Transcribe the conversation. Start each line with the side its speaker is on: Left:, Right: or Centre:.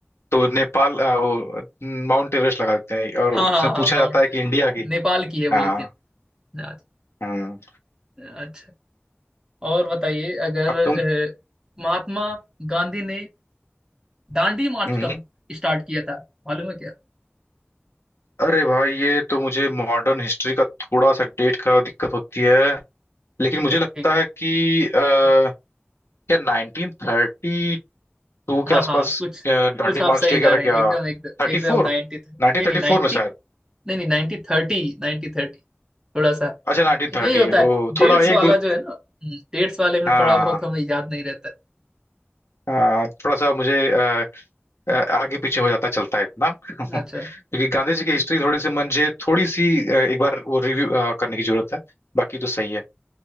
Left: तो नेपाल अ, वो न, माउंट एवरेस्ट लगा देते हैं और
Right: हाँ
Left: उससे
Right: हाँ हाँ
Left: पूछा
Right: माउंट
Left: जाता है
Right: एवरेस्ट।
Left: कि इंडिया की
Right: नेपाल की है वो
Left: हाँ
Right: लेकिन अच्छा
Left: हम्म
Right: अच्छा। और बताइए अगर
Left: अब तुम
Right: अ, महात्मा गांधी ने दांडी मार्च
Left: हम्म
Right: कब स्टार्ट किया था मालूम है क्या
Left: अरे भाई ये तो मुझे मॉडर्न हिस्ट्री का थोड़ा सा डेट का दिक्कत होती है लेकिन मुझे लगता
Right: ठीक है
Left: है कि अ, क्या नाइनटीन थर्टी टू
Right: हाँ
Left: के आसपास
Right: हाँ कुछ
Left: अ, दांडी
Right: कुछ आप
Left: मार्च
Right: सही
Left: किया
Right: जा
Left: गया था
Right: रहे हैं
Left: क्या
Right: एकदम एकदम
Left: थर्टी
Right: एकदम
Left: फोर
Right: नाइनटी नहीं
Left: नाइनटीन थर्टी
Right: नहीं नाइनटी
Left: फोर में शायद
Right: नहीं नहीं नाइनटी थर्टी नाइनटी थर्टी थोड़ा सा
Left: अच्छा नाइनटीन
Right: यही
Left: थर्टी
Right: होता है
Left: ओ
Right: डेट्स
Left: थोड़ा
Right: वाला
Left: एक दो
Right: जो है ना हम्म, डेट्स वाले में
Left: हाँ
Right: थोड़ा बहुत हमें याद नहीं रहता
Left: हाँ, थोड़ा सा मुझे अ, अ, आगे पीछे हो जाता चलता है इतना <laughs>
Right: है। अच्छा
Left: क्योंकि गांधी जी की हिस्ट्री थोड़ी सी मुझे थोड़ी सी अ, एक बार वो रिव्यू करने की जरूरत है बाकी तो सही है